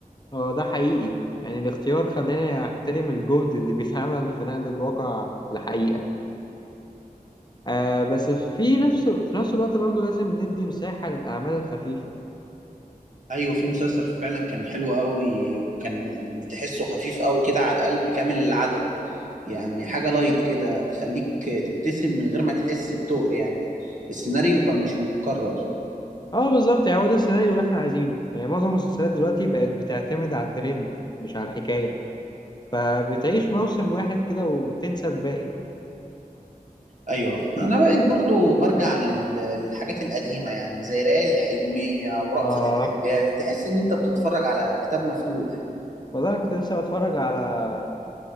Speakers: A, on the left; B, on the right.
A: هو ده حقيقي يعني الاختيار خلاني احترم الجهد اللي بيتعمل في نقل الواقع لحقيقة آه بس في نفس في نفس الوقت برضو لازم ندي مساحة للأعمال الخفيفة
B: ايوه في مسلسل فعلا كان حلو قوي وكان تحسه خفيف قوي كده على القلب كامل العدد يعني حاجه لايت كده تخليك تبتسم من غير ما تحس بتقل يعني السيناريو كان مش متكرر
A: اه بالظبط يعني هو ده السيناريو اللي احنا عايزينه يعني معظم المسلسلات دلوقتي بقت بتعتمد على الترند مش على الحكاية فبتعيش موسم واحد كده وتنسى الباقي
B: ايوه انا بقيت برضو برجع لل- للحاجات القديمه يعني زي ليالي الحلميه ورأفت
A: اه
B: الهجان تحس ان انت بتتفرج على كتاب مفتوح
A: والله أنا كنت لسه بتفرج على